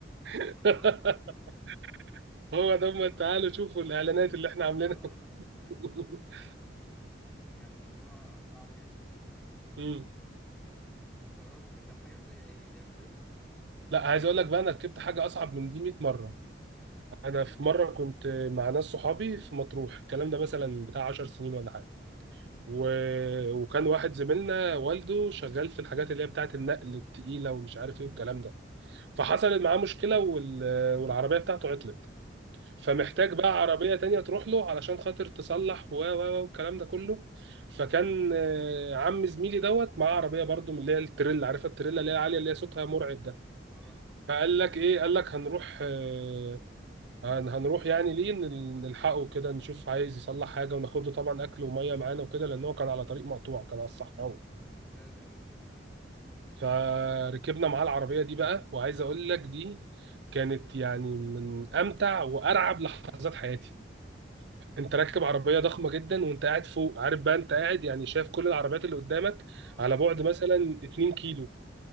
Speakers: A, on the right (about 65°); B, in the centre.
A: <laughs>
B: مرمطنا والله
A: هو ده هم تعالوا شوفوا الاعلانات اللي احنا عاملينها
B: اه فاهم
A: <laughs>
B: كان الموضوع صعب جدا
A: مم.
B: جربت تركب حاجات زي دي قبل كده؟
A: لا عايز اقول لك بقى انا ركبت حاجه اصعب من دي 100 مره انا في مره كنت مع ناس صحابي في مطروح الكلام ده مثلا بتاع 10 سنين ولا حاجه
B: اه
A: و... وكان واحد زميلنا والده شغال في الحاجات اللي هي بتاعه النقل التقيله ومش عارف ايه والكلام ده فحصلت معاه مشكله وال... والعربيه بتاعته عطلت فمحتاج
B: اه
A: بقى عربية تانية تروح له علشان خاطر تصلح و و و والكلام ده كله فكان آه، عم زميلي دوت معاه عربية برضو من اللي هي التريلا عارفة التريلا اللي هي عالية اللي هي صوتها مرعب ده
B: اه طبعا
A: فقال لك ايه قال لك هنروح آه، هن- هنروح يعني ليه نل- نلحقه كده نشوف عايز يصلح حاجة وناخد له طبعا أكل ومية معانا وكده لأن هو كان على طريق مقطوع كان على الصحراوي
B: كان لازم يعملوا كده اه
A: فركبنا معاه العربية دي بقى وعايز أقول لك دي كانت يعني من أمتع وأرعب لحظات حياتي
B: <laughs>
A: انت راكب عربيه ضخمه جدا وانت قاعد فوق عارف بقى انت قاعد يعني شايف كل العربيات اللي قدامك
B: اه
A: على بعد مثلا 2 كيلو